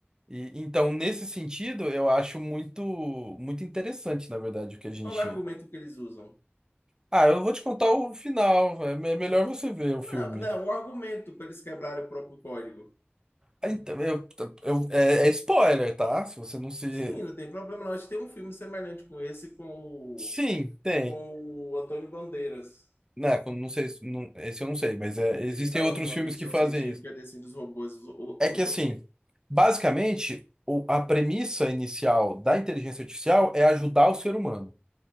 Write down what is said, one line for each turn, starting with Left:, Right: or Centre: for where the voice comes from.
Right: E, então, nesse sentido, eu acho muito, muito interessante, na verdade, o que a gente.
Left: Qual é o argumento que eles usam?
Right: Ah, eu não vou te contar o final. É me- é melhor você ver o
Left: Não,
Right: filme.
Left: não, o argumento para eles quebrarem o próprio código.
Right: Então, eu, eu- é é spoiler, tá? Se você não se.
Left: Sim, não tem problema. Nós tem um filme semelhante com esse com o,
Right: Sim, tem.
Left: com o Antônio Bandeiras.
Right: Né, quando- não sei, se- não, esse eu não sei, mas é, existem
Left: Ele faz
Right: outros
Left: uma
Right: filmes
Left: ficção
Right: que fazem
Left: científica
Right: isso.
Left: desse dos robôs. Os, os-
Right: É que assim,
Left: os-
Right: basicamente, o- a premissa inicial da inteligência artificial é ajudar o ser humano,